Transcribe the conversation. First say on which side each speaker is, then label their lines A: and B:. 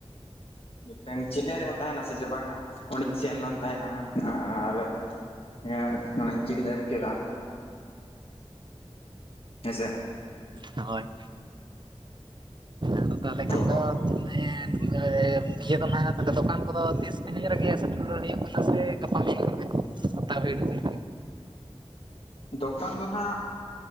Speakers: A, on the left (about 60°); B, on the right (about 45°).
A: ᱢᱤᱫᱴᱟᱝ ᱪᱤᱱᱦᱟᱹ ᱨᱮᱦᱚᱸ ᱛᱟᱦᱮᱱᱟ ᱥᱮ ᱡᱮ ᱵᱟᱝᱟ ᱚᱸᱰᱮᱧ ᱥᱮᱱ ᱞᱮᱱ ᱛᱟᱦᱮᱸᱫᱼᱟ᱾ ᱟᱨ, ᱦᱮᱸ ᱚᱱᱟᱧ ᱪᱤᱨᱤᱧ ᱟᱹᱜᱩ ᱠᱮᱫᱟ᱾ ᱦᱮᱸ ᱥᱮ,
B: ᱦᱳᱭ ᱟᱫᱚ ᱛᱟᱦᱚᱞᱮ
A: ᱛᱚ
B: ᱠᱷᱟᱱ ᱫᱚ ᱦᱮᱸ ᱤᱭᱟᱹ ᱫᱚ ᱱᱟᱦᱟᱜ ᱛᱟᱦᱚᱞᱮ ᱫᱚᱠᱟᱱ ᱠᱚᱫᱚ ᱛᱤᱥ ᱛᱤᱱᱟᱹᱜ ᱨᱮᱜᱮ ᱥᱮᱴᱮᱨ ᱦᱩᱭᱩᱜ ᱠᱟᱱᱟ ᱥᱮ ᱜᱟᱯᱟ ᱦᱩᱭᱩᱜ ᱠᱟᱱᱟ᱾ ᱜᱚᱴᱟ ᱵᱷᱤᱲ ᱨᱮᱜᱮ᱾
A: ᱫᱚᱠᱟᱱ ᱫᱚ ᱱᱟᱜ